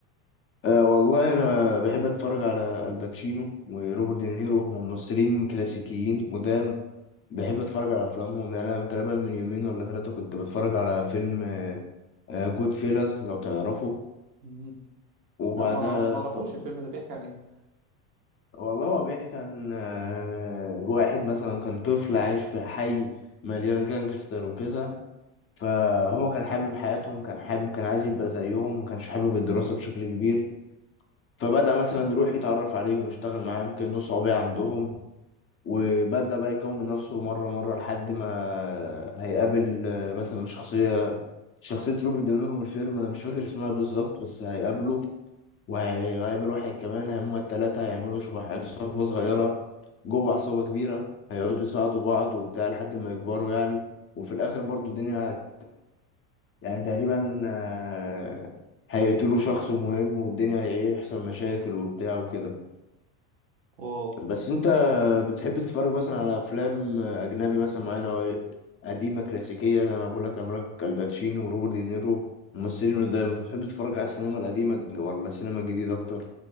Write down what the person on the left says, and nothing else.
أه والله أنا بحب أتفرج على الباتشينو وروبرت دينيرو هم ممثلين كلاسيكيين قدام بحب أتفرج على أفلامهم يعني أنا تقريبا من يومين ولا ثلاثة كنت بتفرج على فيلم جود فيلاز لو تعرفه
وبعدها
أتف...
والله هو بيحكي عن آه، واحد مثلا كان طفل عايش في حي مليان جانجستر وكذا فهو كان حابب حياتهم كان حابب كان عايز يبقى زيهم ما كانش حابب الدراسة بشكل كبير فبدأ مثلا يروح يتعرف عليهم ويشتغل معاهم كأنه صعوبة عندهم وبدأ بقى يكون من نفسه مرة مرة لحد ما هيقابل آه، مثلا شخصية شخصية روبرت دينيرو من الفيلم أنا مش فاكر اسمها بالظبط بس هيقابله وهيقابل واحد كمان هما التلاتة هيعملوا شبه عصابة صغيرة جوه عصابة كبيرة هيقعدوا يساعدوا بعض وبتاع لحد ما يكبروا يعني وفي الآخر برضو الدنيا هت يعني تقريبا آه، هيقتلوا شخص مهم والدنيا هيحصل مشاكل وبتاع وكده
بس انت بتحب تتفرج مثلا على أفلام أجنبي مثلا معانا أو قديمة كلاسيكية زي أنا بقول لك عمل لك الباتشينو وروبرت دينيرو ممثلين قدام انت بتحب تتفرج على السينما القديمة ولا السينما الجديدة أكتر؟